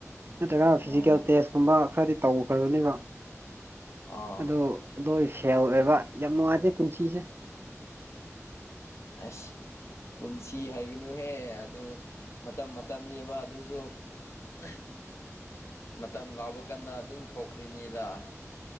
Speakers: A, on the right (about 45°); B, on the left (about 60°).
A: ꯅꯠꯇ꯭ꯔꯒꯅ
B: ꯑꯣ
A: ꯐꯤꯖꯤꯀꯦꯜ ꯇꯦꯁꯀꯨꯝꯕ ꯈꯔꯗꯤ ꯇꯧꯈ꯭ꯔꯕꯅꯦꯕ
B: ꯑ
A: ꯑꯗꯨ ꯅꯣꯏ ꯁꯦꯜ ꯑꯣꯏꯕ ꯌꯥꯝ ꯅꯨꯡꯉꯥꯏꯇꯦ ꯄꯨꯟꯁꯤꯁꯦ
B: ꯑꯁ ꯄꯨꯟꯁꯤ ꯍꯥꯏꯒꯅꯨꯍꯦ ꯑꯗꯨ ꯃꯇꯝ ꯃꯇꯝꯅꯦꯕ ꯑꯗꯨꯁꯨ <unintelligible> ꯃꯇꯝ ꯂꯥꯎꯕ ꯀꯥꯟꯗ ꯑꯗꯨꯝ ꯊꯣꯛꯈ꯭ꯔꯤꯅꯤꯗ ꯑ